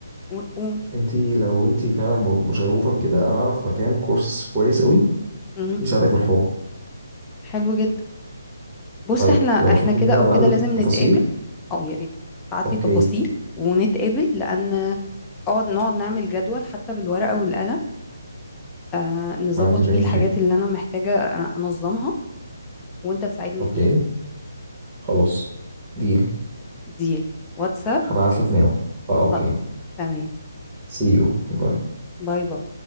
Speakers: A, on the left; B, on the right.
A: ونقول
B: انت لو انت فعلا م- مشغوفه بكده انا اعرف مكان كورس كويس قوي
A: مم،
B: يساعدك في الحوار
A: حلو جدا بص
B: طيب
A: احنا احنا
B: لو فاضي
A: كده
B: ان انا
A: او
B: ابعت
A: كده
B: لك
A: لازم
B: التفاصيل
A: نتقابل او يا ريت تبعت
B: اوكي
A: لي تفاصيل ونتقابل لان اقعد نقعد نعمل جدول حتى بالورقة والقلم آه نظبط
B: ما عنديش
A: فيه
B: اي
A: الحاجات
B: مشاكل
A: اللي أنا محتاجة آه، أنظمها وأنت تساعدني
B: اوكي
A: فيها
B: خلاص ديل
A: ديل واتساب
B: هبعت لك ناو اه اوكي
A: خلاص تمام
B: سي يو باي باي
A: باي باي